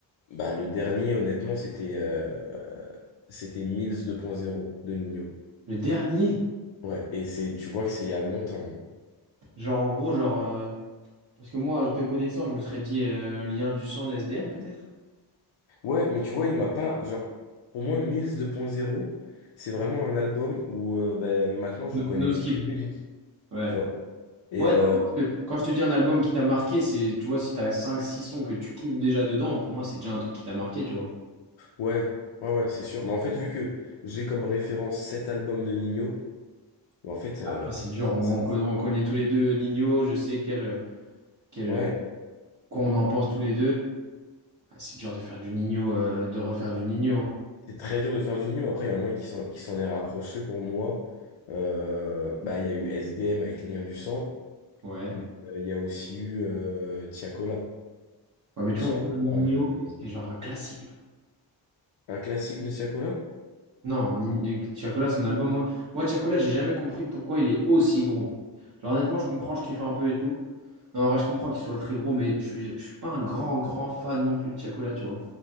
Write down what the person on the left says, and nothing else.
Bah, le dernier, honnêtement, c'était euh, c'était Mills deux point zéro de Nino.
Ouais, et c'est, tu vois que c'est il y a longtemps. hein.
Ouais, mais tu vois, il m'a pas. Genre, pour moi, Mills 2.0, c'est vraiment un album où euh, ben, maintenant je
connais
toutes les musiques,
tu vois. Et
euh,
ouais, ouais, ouais, c'est sûr. Mais en fait, vu que j'ai comme référence cet album de Nino, ben, en fait, euh,
ça,
ouais,
c'est très dur de faire du Nino. Après, il y en a un qui s'en qui s'en est rapproché pour moi. Euh, bah, il y a eu SDM avec Lien du sang,
mais euh, il y a aussi eu euh, Tiakola.
Tiakola,
euh,
un classique de Tiakola?